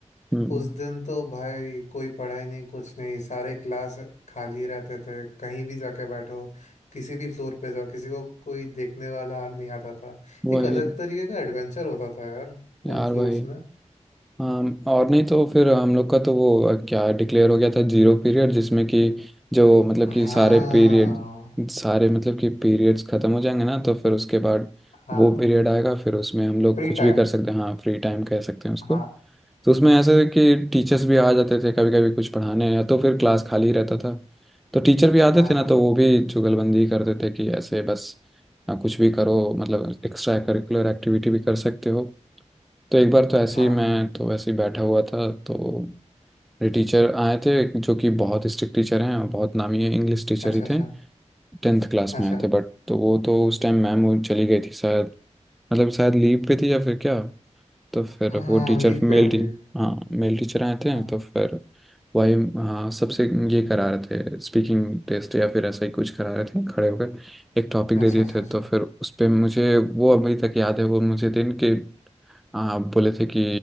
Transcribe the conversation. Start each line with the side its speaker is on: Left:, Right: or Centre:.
Centre: हम्म
Left: उस दिन तो भाई कोई पढ़ाई नहीं कुछ नहीं सारे क्लास खाली रहते थे कहीं भी जाके बैठो किसी भी फ्लोर पे जाओ किसी को कोई देखने वाला नहीं आता था
Centre: वही
Left: एक अलग तरीके का एडवेंचर होता था यार
Centre: यार
Left: उन फ्लोर्स
Centre: वही
Left: में
Centre: हाँ और नहीं तो फिर हम लोग का तो वो अ, क्या डिक्लेयर हो गया था जीरो पीरियड जिसमें कि जो मतलब
Left: हाँ
Centre: कि सारे पीरियड सारे मतलब कि पीरियड्स खत्म हो जाएंगे ना तो फिर उसके बाद
Left: हाँ
Centre: वो
Left: हाँ
Centre: पीरियड आएगा फिर उसमें हम लोग
Left: फ्री
Centre: कुछ
Left: टाइम
Centre: भी कर सकते हैं हाँ फ्री टाइम कह सकते हैं उसको
Left: हाँ
Centre: तो उसमें ऐसा है कि टीचर्स भी आ जाते थे कभी कभी कुछ पढ़ाने या तो फिर क्लास खाली रहता था तो टीचर भी आते
Left: हाँ
Centre: थे ना
Left: हाँ
Centre: तो वो भी चुगलबंदी करते थे कि ऐसे बस आ, कुछ भी करो मतलब एक्स्ट्रा करिकुलर एक्टिविटी भी कर सकते हो तो एक बार तो ऐसे
Left: हाँ
Centre: ही मैं तो वैसे ही बैठा हुआ था तो मेरे टीचर आए थे जो कि बहुत स्ट्रिक्ट टीचर हैं और बहुत नामी है, इंग्लिश टीचर
Left: अच्छा
Centre: ही
Left: अच्छा
Centre: थे टेंथ क्लास
Left: अच्छा
Centre: में आए थे बट तो वो तो उस टाइम मैम वो चली गई थी शायद मतलब शायद लीव पे थी या फिर क्या तो फिर
Left: हाँ हाँ
Centre: वो टीचर
Left: लीफ
Centre: मेल
Left: पे होगी
Centre: टी हाँ मेल टीचर आए थे
Left: हाँ
Centre: तो फिर वही हाँ सबसे ये करा रहे थे स्पीकिंग टेस्ट या फिर ऐसा ही कुछ करा रहे थे खड़े होकर एक टॉपिक
Left: अच्छा
Centre: दे दिए
Left: अच्छा
Centre: थे
Left: अच्छा
Centre: तो फिर उस पे मुझे वो अभी तक याद है वो मुझे दिन के हाँ, आप बोले थे कि